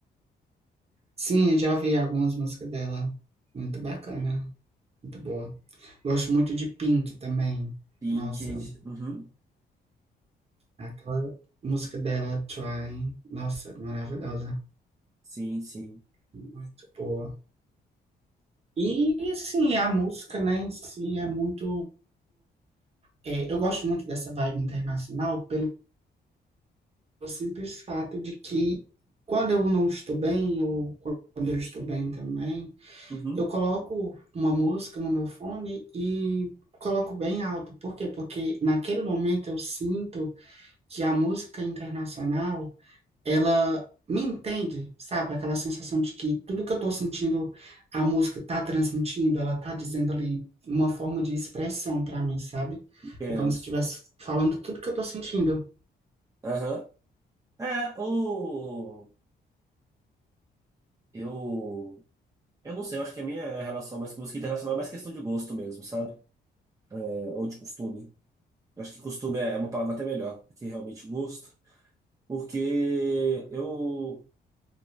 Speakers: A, on the right; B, on the right.
A: Sim, eu já vi algumas músicas dela. Muito bacana. Muito boa. Gosto muito de Pink também.
B: Pink.
A: Nossa,
B: Uhum.
A: aquela música dela, Try. Nossa, maravilhosa.
B: Sim, sim.
A: Muito boa. E, assim, a música, né, em si é muito. é, eu gosto muito dessa vibe internacional pelo simples fato de que quando eu não estou bem, ou quando eu estou bem também,
B: Uhum.
A: eu coloco uma música no meu fone e coloco bem alto. Por quê? Porque naquele momento eu sinto que a música internacional, ela me entende, sabe? Aquela sensação de que tudo que eu tô sentindo, a música tá transmitindo, ela tá dizendo ali uma forma de expressão para mim, sabe?
B: Entendo.
A: É como se estivesse falando tudo que eu tô sentindo
B: Aham. É, o. Eu. Eu não sei, eu acho que a minha relação mais com música internacional é mais questão de gosto mesmo, sabe? É, ou de costume. Eu acho que costume é uma palavra até melhor do que realmente gosto, porque eu.